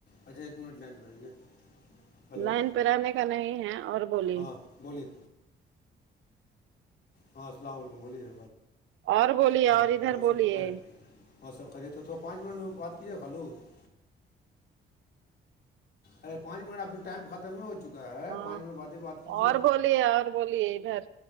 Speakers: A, on the left; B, on the right.
A: اچھا ایک منٹ لائن پہ رہیے ہلو
B: لائن پہ رہنے کا نہیں ہے اور بولیے
A: ہاں بولیے ہاں السلام علیکم بولیے
B: اور بولیے
A: ہاں
B: اور ادھر بولیے
A: سب تو خیر اور سب خیریت تو تھوڑ پانچ منٹ میں بات کہی ہیلو <unintelligible> ارے پانچ منٹ اب تو ٹائم ختم ہو ہو چکا ہے
B: ہاں
A: پانچ منٹ بعد ہی بات کیجئے
B: اور بولیے اور بولیے ادھر